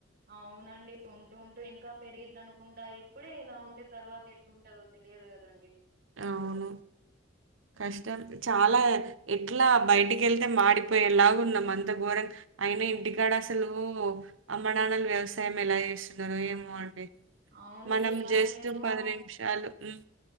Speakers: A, on the right; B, on the right.
A: అవునండి ఉంటూ ఉంటూ ఇంకా పెరిగిద్ద అనుకుంటా ఇప్పుడే ఇలా ఉంటే తర్వాత ఎట్టుంటదొ తె తెలియదు కదండి.
B: అవును కష్టం చాలా ఎట్లా బయటికి వెళ్తే మాడిపోయేలాగున్నాం అంత ఘోరంగ అయిన ఇంటికాడసలు అమ్మనాన్నలు వ్యవసాయం ం. ఎలా చేస్తున్నారో
A: అసలు.
B: ఏమో అండి.
A: అవునండి
B: మనం
A: మనమేమో
B: జస్ట్ పది నిమిషాలు హ్మ్.